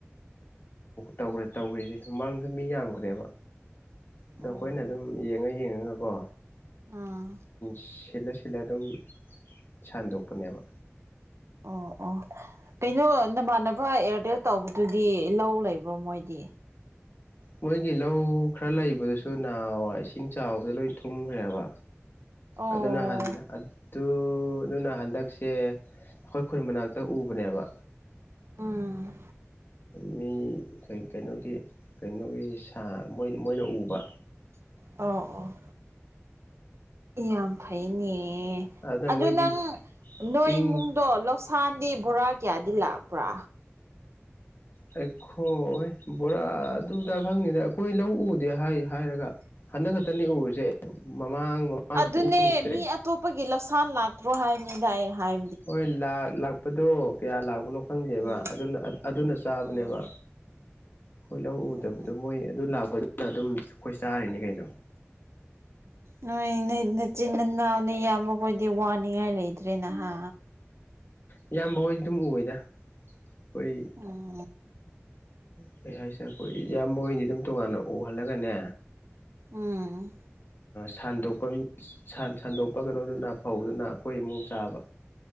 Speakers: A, on the left; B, on the right.
A: ꯇꯧ ꯇꯧꯈ꯭ꯔꯤꯁꯦ ꯃꯥꯡꯗ ꯃꯤ ꯌꯥꯝꯈ꯭ꯔꯦꯕ
B: ꯑꯣ
A: ꯑꯗꯣ ꯑꯩꯈꯣꯏꯅ ꯑꯗꯨꯝ ꯌꯦꯡꯉ ꯌꯦꯡꯉꯒꯀꯣ
B: ꯑꯥ
A: ꯁꯤꯜꯂ ꯁꯤꯜꯂ ꯑꯗꯨꯝ ꯁꯟꯗꯣꯛꯄꯅꯦꯕ
B: ꯑꯣ ꯑꯣ ꯀꯩꯅꯣ ꯅꯃꯥꯟꯅꯕ ꯑꯦꯌꯥꯔꯇꯦꯜ ꯇꯧꯕꯗꯨꯗꯤ ꯂꯧ ꯂꯩꯕ꯭ꯔꯣ ꯃꯣꯏꯗꯤ
A: ꯃꯣꯏꯒꯤ ꯂꯧ ꯈꯔ ꯂꯩꯕꯗꯨꯁꯨ ꯅꯅꯥꯋꯥ ꯏꯁꯤꯡ ꯆꯥꯎꯕꯗ ꯂꯣꯏ ꯊꯨꯝꯈ꯭ꯔꯦꯕ
B: ꯑꯣ
A: ꯑꯗꯨꯅ ꯍ ꯑꯗꯨ ꯑꯗꯨꯅ ꯍꯟꯗꯛꯁꯦ ꯑꯩꯈꯣꯏ ꯈꯨꯟ ꯃꯅꯥꯛꯇ ꯎꯕꯅꯦꯕ
B: ꯎꯝ
A: ꯃꯤ ꯀꯩꯅꯣꯒꯤ ꯀꯩꯅꯣꯒꯤ ꯁꯥ ꯃꯣꯏ ꯃꯣꯏꯅ ꯎꯕ
B: ꯑꯣ ꯑꯣ ꯌꯥꯝ ꯐꯩꯅꯦ
A: ꯑꯗꯨꯗ ꯃꯣꯏꯗꯤ
B: ꯑꯗꯨ ꯅꯪ ꯅꯣꯏ
A: ꯆꯤꯡ
B: ꯏꯃꯨꯡꯗꯣ ꯂꯧ ꯁꯥꯟꯗꯤ ꯕꯣꯔꯥ ꯀꯌꯥꯗꯤ ꯂꯥꯛꯄ꯭ꯔꯥ
A: ꯑꯩꯈꯣ ꯕꯣꯔꯥꯗꯨꯗ ꯈꯪꯅꯤꯗꯦ ꯑꯩꯈꯣꯏ ꯂꯧ ꯎꯗꯦ ꯍꯥꯏ ꯍꯥꯏꯔꯒ ꯍꯟꯗꯛ ꯈꯛꯇꯅꯤ ꯎꯔꯤꯁꯦ ꯃꯃꯥꯡ ꯃꯃꯥꯡꯗꯁꯨ
B: ꯑꯗꯨꯅꯦ
A: ꯎꯗ꯭ꯔꯦ
B: ꯃꯤ ꯑꯇꯣꯞꯄꯒꯤ ꯂꯧꯁꯥꯥꯟ ꯂꯥꯛꯇ꯭ꯔꯣ ꯍꯥꯏꯅꯤꯗ ꯑꯩꯅ ꯍꯥꯏ
A: ꯍꯣꯏ ꯂꯥꯛꯄꯗꯣ ꯀꯌꯥ ꯂꯥꯛꯄꯅꯣ ꯈꯪꯗꯦꯕ
B: ꯎꯝ
A: ꯑꯗꯨꯅ ꯆꯥꯕꯅꯦꯕ
B: ꯎꯝ
A: ꯍꯣꯏ ꯂꯧ ꯎꯗꯕꯗꯣ
B: ꯎꯝ
A: ꯃꯣꯏ ꯑꯗꯨ ꯂꯥꯛꯄꯗꯨꯅ ꯑꯗꯨꯝ ꯑꯩꯈꯣꯏ ꯆꯥꯔꯤꯅꯤ ꯀꯩꯅꯣ
B: ꯅꯣꯏ ꯅ ꯅꯆꯤꯟ ꯅꯅꯥꯎꯅꯤ ꯏꯕꯈꯣꯏꯗꯤ ꯋꯥꯅꯤꯡꯉꯥꯏ ꯂꯩꯇ꯭ꯔꯦ ꯅꯍꯥ
A: ꯏꯌꯥꯝꯕ ꯍꯣꯏꯗꯤ ꯑꯗꯨꯝ ꯎꯗ ꯑꯩꯈꯣꯏ
B: ꯎꯝ
A: ꯎ ꯀꯩ ꯍꯥꯏꯁꯔꯦ ꯑꯩꯈꯣꯏ ꯏꯌꯥꯝꯕꯣꯏꯅꯤ ꯑꯗꯨꯝ ꯇꯣꯉꯥꯟꯅ ꯎꯍꯜꯂꯒꯅꯦ
B: ꯎꯝ
A: ꯁꯟꯗꯣꯛꯄꯒꯤ ꯁꯟꯗꯣꯛꯄ ꯀꯩꯅꯣꯗꯨꯅ ꯐꯧꯗꯨꯅ ꯑꯩꯈꯣꯏ ꯏꯃꯨꯡ ꯆꯥꯕ